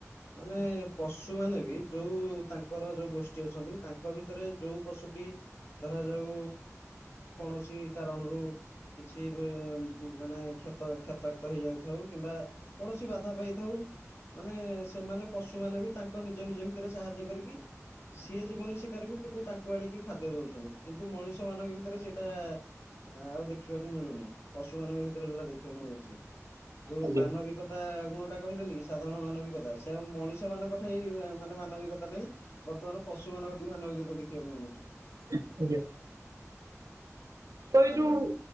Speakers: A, on the left (about 55°); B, on the right (about 80°).
A: ମାନେ ପଶୁ ମାନେ ବି ଯୋଉ ତାଙ୍କର ଯୋଉ ଗୋଷ୍ଠୀ ଅଛନ୍ତି ତାଙ୍କ ଭି ଭିତରେ ଯୋଉ ପଶୁଟି ଧରାଯାଉ କୌଣସି କାରଣରୁ କିଛି ମାନେ କ୍ଷତ କ୍ଷତାକ୍ତ ହେଇଯାଉଥାଉ କିମ୍ବା କୌଣସି ବାଧା ପାଇଥାଉ ମାନେ ସେମାନେ ପଶୁ ମାନେ ବି ତାଙ୍କ ନିଜ ନିଜ ଭିତରେ ସାହାଯ୍ୟ କରିକି ସିଏ ଜୀବନୀ ଶିକାରକୁ କିନ୍ତୁ ତାଙ୍କୁ ଆଣିକି ଖାଦ୍ୟ ଦୋଉଛନ୍ତି କିନ୍ତୁ ମଣିଷ ମାନଙ୍କ ଭିତରେ ସେ ସେଟା ଆଉ ଦେଖିବାକୁ ମିଳୁନି ପଶୁ ମାନଙ୍କ ଭିତରେ ଯୋଉଟା ଦେଖିବାକୁ ମିଳୁଚି। ଯୋଉ
B: ଆଜ୍ଞା
A: ମାନବିକତା ଗୁଣ ଟା କହିଲେନି କି ସାଧାରଣ ମାନବିକତା ସେ ମଣିଷ ମାନଙ୍କ ଠେଇ ମାନେ ମାନବିକତା ନାହିଁ। ବର୍ତ୍ତମାନ ପଶୁମାନଙ୍କ ଠି ମାନବିକତା ଦେଖିବାକୁ ମିଳୁଛି।
B: ଆଜ୍ଞା। ତ ଏଇ
A: ଆଜ୍ଞା।
B: ଯୋଉ